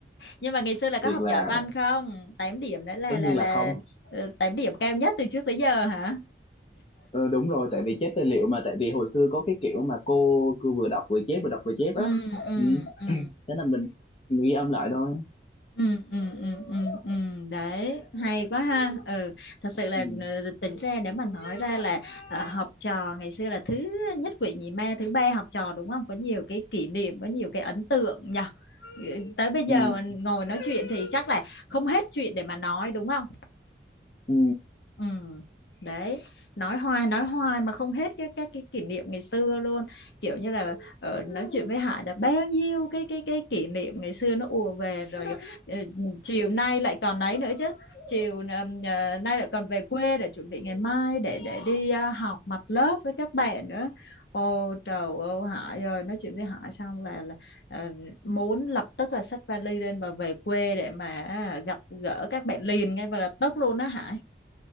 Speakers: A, on the left (about 70°); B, on the left (about 30°).
A: nhưng mà ngày xưa là có
B: Thiệt
A: học
B: là
A: giỏi văn không 8 điểm đấy là
B: tất
A: là
B: nhiên
A: là
B: là không.
A: ờ, 8 điểm cao nhất từ trước tới giờ hả
B: Ờ, đúng rồi, tại vì chép tài liệu mà tại vì hồi xưa có cái kiểu mà cô cứ vừa đọc vừa chép vừa đọc vừa chép
A: ừ
B: á.
A: ừ
B: Ừ,
A: ừ
B: thế là mình, mình ghi âm lại thôi.
A: ừ ừ ừ ừ ừ. đấy hay quá ha ừ thật sự là
B: Ừ,
A: ờ, tính ra nếu mà nói ra là ờ, học trò ngày xưa là thứ nhất quỷ nhì ma thứ ba học trò đúng không có nhiều cái kỷ niệm có nhiều cái ấn tượng nhỉ Ừ, tới bây giờ
B: ừ,
A: mà ngồi nói chuyện thì chắc là không hết chuyện để mà nói đúng không
B: ừ,
A: Ừ. Đấy, nói hoài nói hoài mà không hết cái các cái kỷ niệm ngày xưa luôn. Kiểu như là ờ, nói chuyện với Hải đã bao nhiêu cái cái cái kỷ niệm ngày xưa nó ùa về rồi <laughs> ờ, chiều nay lại còn ấy nữa chứ. Chiều ờ, ờ, nay lại còn về quê để chuẩn bị ngày mai để để đi ờ, học mặt lớp với các bạn nữa. Ô trời ơi Hải ơi, nói chuyện với Hải xong là là ờ, muốn lập tức là xách vali lên và về quê để mà à, gặp gỡ các bạn liền ngay và lập tức luôn đó Hải.